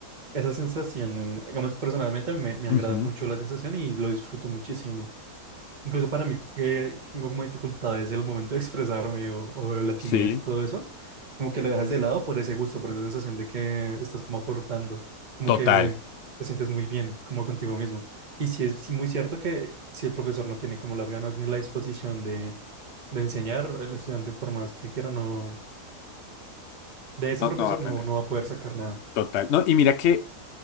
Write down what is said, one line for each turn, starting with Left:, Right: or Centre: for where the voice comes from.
Right: esa sensación, en- digamos, personalmente a mí me, me
Left: Ujú,
Right: agrada mucho la sensación y lo disfruto muchísimo. Incluso para mí, que tengo como dificultades en el momento de expresarme o, o la timidez
Left: Sí,
Right: y todo eso, como que lo dejas de lado por ese gusto, por esa sensación de que estás como aportando, como
Left: total,
Right: que te sientes muy bien, como contigo mismo. Y sí es muy cierto que si el profesor no tiene como las ganas ni la disposición de, de enseñar, el estudiante, por más que quiera, no, de ese
Left: No,
Right: profesor
Left: no va a
Right: no,
Left: aprender.
Right: no va a poder sacar nada.
Left: total. No, y mira que